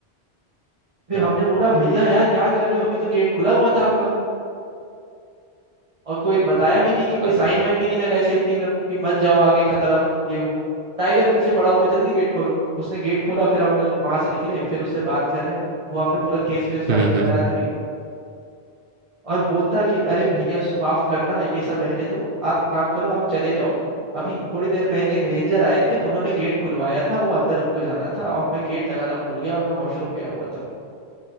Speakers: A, on the right; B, on the right.
A: फिर
B: हाँ
A: हमने बोला भैया यार क्या कर रहे हो अभी तो गेट खुला हुआ था आपका और कोई बताया भी नहीं कि कोई
B: अरे
A: साइन वाइन भी नहीं लगाए सेफ्टी का कि मत जाओ आगे खतरा ये वो टाइगर पीछे पड़ा हुआ जल्दी गेट खोलो उसने गेट खोला फिर हम लोग वहां से निकले फिर उससे बात कर रहे हैं वो हम पे पूरा केस वेस फाइल
B: हम्म
A: कर
B: हम्म
A: रहा है आदमी और बोलता कि अरे भैया सो- माफ करना ये सब रहने दो आप काम करो आप चले जाओ अभी थोड़ी देर पहले एक रेंजर आए थे उन्होंने गेट खुलवाया था वो अंदर उनको जाना था और मैं गेट लगाना भूल गया और मैं वॉशरूम गया हुआ था